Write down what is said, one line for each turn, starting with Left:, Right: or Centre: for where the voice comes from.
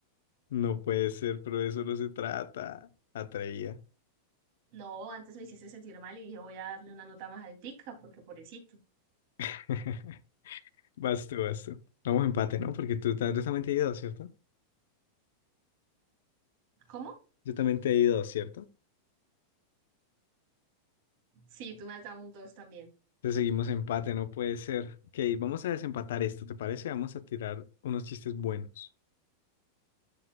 Left: No puede ser, pero de eso no se trata, atraía.
Right: No, antes me hiciste sentir mal y dije voy a darle una nota más altica porque pobrecito.
Left: <laughs> Vas tú, vas tú. Vamos empate, ¿no? Porque tú, ta- tú también te he ido, ¿cierto?
Right: ¿Cómo?
Left: Yo también te he ido, ¿cierto?
Right: Sí, tú me has dado un 2 también.
Left: Entonces seguimos empate, no puede ser. Ok, vamos a desempatar esto, ¿te parece? Vamos a tirar unos chistes buenos.